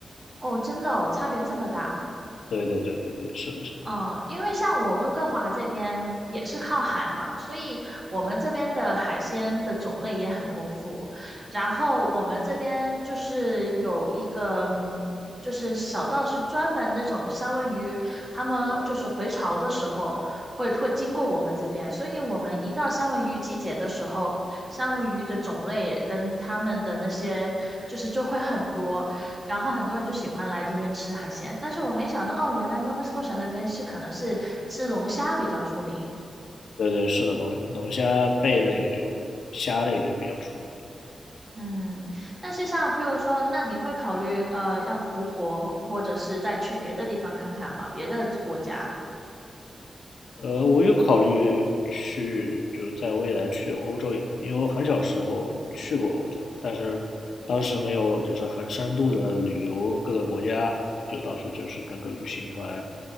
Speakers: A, on the right (about 20°); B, on the left (about 75°).
A: 哦，真的哦，差别这么大。
B: 对对对对对，是的，是的，
A: 嗯，因为像我温哥华这边也是靠海嘛，所以我们这边的海鲜的种类也很丰富。然后我们这边就是有一个，嗯，就是小到是专门这种三文鱼，他们就是回潮的时候会会经过我们这边，所以我们一到三文鱼季节的时候，三文鱼的种类跟他们的那些就是就会很多。然后很多人就喜欢来这边吃海鲜，但是我没想到哦，原来 Nova Scotia 那边是可能是吃龙虾比较出名。
B: 对对是的，龙龙虾贝类就虾类就比较出名。
A: 嗯，但是像譬如说，那你会考虑呃要回国，或者是再去别的地方看看吗？别的国家？
B: 呃，我有考虑去，就是在未来去欧洲一趟，因为我很小时候去过欧洲，但是当时没有就是很深度的旅游各个国家，就当时就是跟个旅行团，